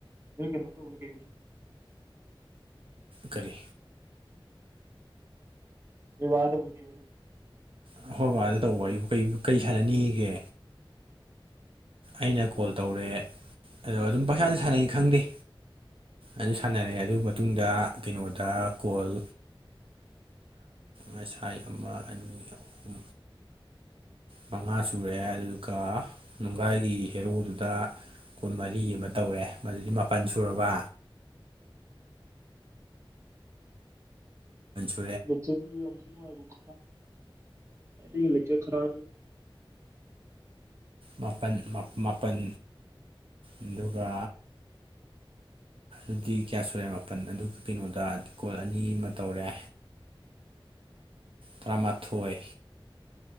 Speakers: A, on the right; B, on the right.
A: ꯀꯩ
B: ꯀꯔꯤ
A: <unintelligible>
B: ꯍꯈꯣꯏ ꯕꯥꯗ ꯇꯧꯕ ꯑꯩꯕꯨ ꯀ ꯀꯔꯤ ꯁꯥꯟꯅꯅꯤꯒꯦ ꯑꯩꯅ ꯀꯣꯜ ꯇꯧꯔꯦ ꯑꯗꯣ ꯑꯗꯨꯝ ꯄꯩꯁꯥꯅ ꯁꯥꯟꯅꯩ ꯈꯪꯗꯦ ꯑꯗꯨ ꯁꯥꯟꯅꯔꯦ ꯑꯗꯨ ꯃꯇꯨꯡꯗ ꯀꯩꯅꯣꯗ ꯀꯣꯜ ꯉꯁꯥꯏ ꯑꯃ ꯑꯅꯤ ꯑꯍꯨꯝ ꯃꯉꯥ ꯁꯨꯔꯛꯑꯦ ꯑꯗꯨꯒ ꯅꯨꯡꯒꯥꯏꯒꯤ ꯍꯦꯔꯣꯗꯨꯗ ꯀꯨꯟ ꯃꯔꯤ ꯑꯃ ꯇꯧꯔꯑꯦ ꯃꯗꯨꯗꯤ ꯃꯥꯄꯜ ꯁꯨꯔꯕ ꯖ
A: ꯂꯩꯆꯔꯒꯤ ꯑꯝꯁꯤꯅꯅꯨꯡꯕꯕꯨꯛ ꯥꯏ ꯂꯩꯛ ꯈꯔ
B: ꯃꯥꯄꯜ ꯃꯥꯄꯜ ꯑꯗꯨꯒ ꯑꯗꯨꯗꯤ ꯀꯌꯥ ꯁꯨꯔꯦ ꯃꯥꯄꯜ ꯑꯗꯨꯒ ꯀꯩꯅꯣꯗ ꯀꯣꯜ ꯑꯅꯤ ꯑꯃ ꯇꯧꯔꯦ ꯇꯔꯥꯃꯊꯣꯏ